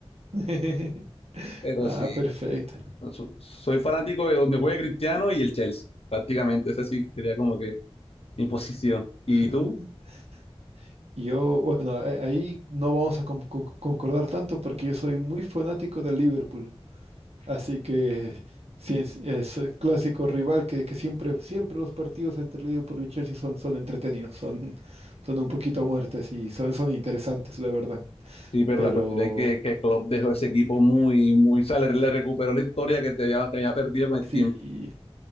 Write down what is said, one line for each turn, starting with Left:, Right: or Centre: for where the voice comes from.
Right: <laughs>
Left: Pero
Right: Ah,
Left: sí,
Right: perfecto.
Left: no, so- soy fanático de donde juegue Cristiano y el Chelsea. Prácticamente, esa sí sería como que mi posición. ¿Y
Right: <laughs>
Left: tú?
Right: Yo, bueno, a- ahí no vamos a con- con- concordar tanto porque yo soy muy fanático del Liverpool. Así que sí, es, es el clásico rival que, que siempre, siempre los partidos entre Liverpool y Chelsea son, son entretenidos, son, son un poquito muertes y son, son interesantes, la verdad.
Left: Sí, pero
Right: Pero
Left: la cuestión es que, que Klopp dejó ese equipo muy, muy, o sea, le, le recuperó la historia que te había, que había perdido con el
Right: sí.
Left: tiempo.